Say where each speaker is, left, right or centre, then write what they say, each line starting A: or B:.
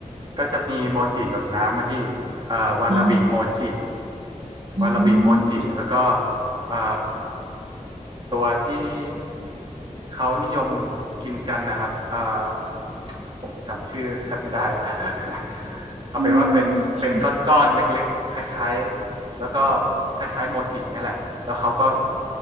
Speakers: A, on the right (about 35°); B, on the right (about 50°).
A: ก็จะมีโมจิหยดน้ำนะพี่เอ่อวาลาบิโมจิ
B: อ๋ออ๋อ
A: วาลาบิโมจิแล้วก็เอ่อตัวที่เขานิยมกินกันนะครับเอ่อผมจำชื่อแทบไม่ได้ละ <laughs> เอาเป็นว่าเป็นเป็นก้อนๆเล็กๆคล้ายๆแล้วก็
B: อืม
A: คล้ายๆโมจิเนี่ยแหละแล้วเขาก็